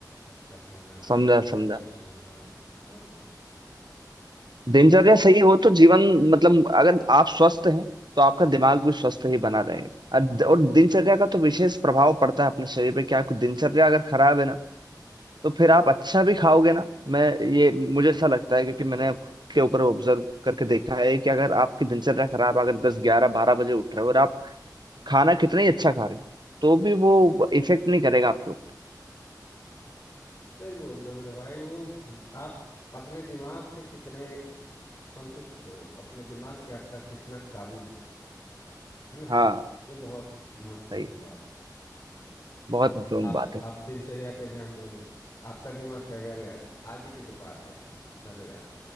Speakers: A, on the left (about 40°); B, on the right (about 85°).
A: अच्छा खाना
B: समझा
A: समय
B: समझा
A: पे सोना हाँ और क्या
B: दिनचर्या सही हो तो जीवन मतलब अगर आप स्वस्थ हैं तो आपका दिमाग भी स्वस्थ ही बना रहेगा और और
A: हाँ
B: दिनचर्या का तो विशेष प्रभाव पड़ता है अपने शरीर पे क्या आपकी दिनचर्या अगर खराब है ना तो फिर आप अच्छा भी खाओगे ना मैं ये मुझे ऐसा लगता है क्योंकि मैंने खुद के ऊपर ऑब्जर्व करके देखा है कि अगर आपकी दिनचर्या खराब अगर दस ग्यारह बारह बजे उठ रहे हो और आप खाना कितना ही अच्छा खा रहे हो तो भी वो इफेक्ट नहीं करेगा आपके ऊपर
A: सही बोल रहे हो मेरे भाई वो आप अपने दिमाग से कितने संतुष्ट हो अपने दिमाग पे आपका कितना काबू है है ना
B: हाँ
A: वो बहुत महत्वपूर्ण
B: सही
A: बात है
B: बहुत महत्वपूर्ण
A: आप
B: बात है
A: आप दिनचर्या पे ध्यान दोगे आपका दिमाग क्या कर यार आज ही की तो बात है यार चलो यार